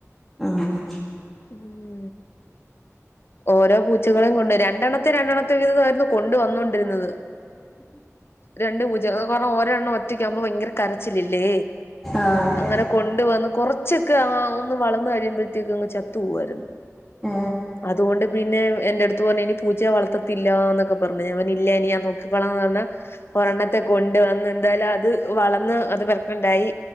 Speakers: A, in the centre; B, on the left (about 45°).
A: ആഹ്
B: ഉം ഓരോ പൂച്ചകളും കൊണ്ട് രണ്ടെണ്ണം ത്തെ രണ്ടെണ്ണത്തെ വീതായിരുന്നു കൊണ്ട് വന്നോണ്ടിരുന്നത് രണ്ട് പൂച്ചകൾ ഓരെണ്ണം ഒറ്റയ്ക്കാ വുമ്പോ ഭയങ്കര കരച്ചിലില്ലേ
A: ആഹ്
B: അങ്ങനെ കൊണ്ട് വന്ന് കുറച്ചൊക്കെ ആ ഒന്ന് വളർന്നു കഴിയുമ്പോഴത്തേക്ക് അങ്ങ് ചത്തു പോവായിരുന്നു
A: ഏ
B: അതുകൊണ്ട് പിന്നെ എന്റെ അടുത്തു പറഞ്ഞു ഇനി പൂച്ചയെ വളർത്തത്തില്ല എന്നൊക്കെ പറഞ്ഞെ ഞാൻ പറഞ്ഞ് ഇല്ല ഞാൻ നോക്കി ക്കോളാംന്ന് പറഞ്ഞാ ഒരെണ്ണ ത്തെ കൊണ്ട് വന്ന് എന്തായാലും അത് വളർന്ന് അത് വലിപ്പണ്ടായി